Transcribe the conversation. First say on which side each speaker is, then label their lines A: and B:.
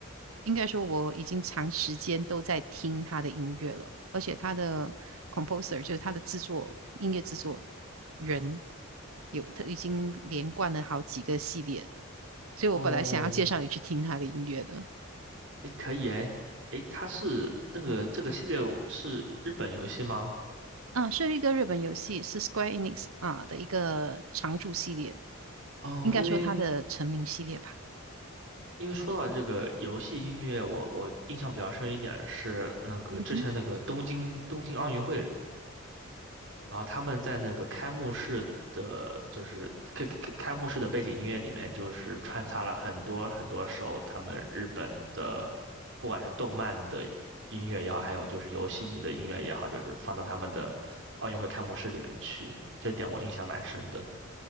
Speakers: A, on the right (about 80°); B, on the right (about 60°).
A: 应该说我已经长时间都在听他的音乐了，而且他的 composer 就是他的制作音乐制作人有他已经连贯了好几个系列，所以我本来想要介绍你去听他的音乐的。
B: 哦，诶，可以诶，诶，它是那个这个系列是日本游戏吗？
A: 啊，是一个日本游戏，是 Square Enix 啊的一个常驻系列，
B: 嗯，
A: 应该说它的成名系列吧。
B: 因为因为说到这个游戏音乐，我我印象比较深一点是那个之前那个东京东京奥运会
A: 嗯哼。
B: 然后他们在那个开幕式的，就是开开开幕式的背景音乐里面，就是穿插了很多很多首他们日本的，不管是动漫的音乐也好，还有就是游戏的音乐也好，就是放到他们的奥运会开幕式里面去，这点我印象蛮深的。